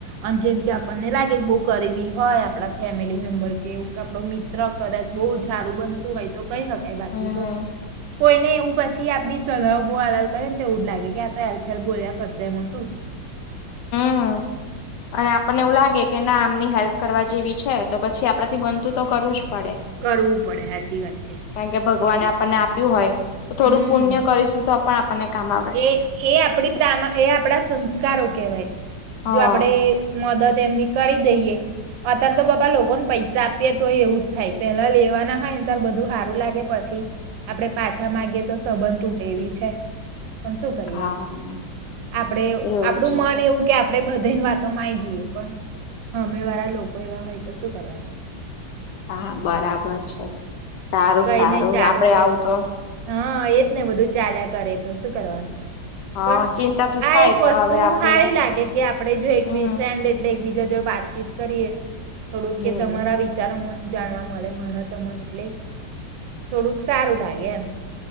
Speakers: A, on the right; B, on the left.
A: અને જેમ કે આપણને લાગે બહુ ગરીબી હોય આપડા ફેમિલી મેમ્બર કેવુ, આપડો મિત્ર કદાચ બોવ જ હારુ બ બનતું હોય, તો કહી હકાય બાકી
B: હમ
A: તો કોઈને એવું પ થી આપડી સલાહ બો આલ આલ કરે ને, તો એવું જ લાગે કે આતો એલફેલ બોલ્યા કરશે, એમાં શું.
B: હા અને આપણને એવું લાગે કે ના આમની હેલ્પ કરવા જેવી છે, તો પછી આપડા થી બનતું તો કરવુંજ પડે,
A: કરવું પડે સાચી વાત છે
B: કારણકે ભગવાને આપણને આપ્યું હોય, તો થોડું
A: હમ
B: પુણ્ય કરીશું તો પણ આપણને કામ આવે.
A: એ એ આપડી પ્રામાં, એ આપડા સંસ્કારો કેહેવાય
B: હા
A: જો આપડે મદદ એમની કરી દઈએ અત્યારે તો બાપા લોકોને પૈસા આપીએ તોય એવું જ થાય, પેલા લેવાના હોય ને ત્યારે બધું હારું લાગે પછી આપડે પાછા માંગીએ તો સંબંધ તૂટે એવી છે. પણ શું કરીએ
B: હા
A: આપડે,
B: એવું
A: આપડું
B: છે
A: મન એવું કે આપડે બધાની વાતોમાંય જઈએ, પણ હામે વાળા લોકો એવા હોય તો શું કરવાનું
B: હા, બરાબર છે. સારું
A: કઈ
B: સારું
A: નઈ ચાલુ
B: આપડે
A: ગ
B: આવું તો
A: હા, એજ ને બધું ચાલ્યા કરે, તો શું કરવાનું
B: હા
A: પણ
B: ચિંતા તો થાય
A: આ એક
B: પણ
A: વસ્તુ
B: હવે આપડે
A: હારી લાગે કે આપડ જો એકીબીજ
B: હમ
A: ફ્રેન્ડ, એટલે એક બીજા જોડે વાતચીત કરીએ થોડુંક,
B: હમ
A: કે તમારા વિચારો મને જાણવા મળે ને મારા મનને એટલે થોડુંક સારું લાગે એમ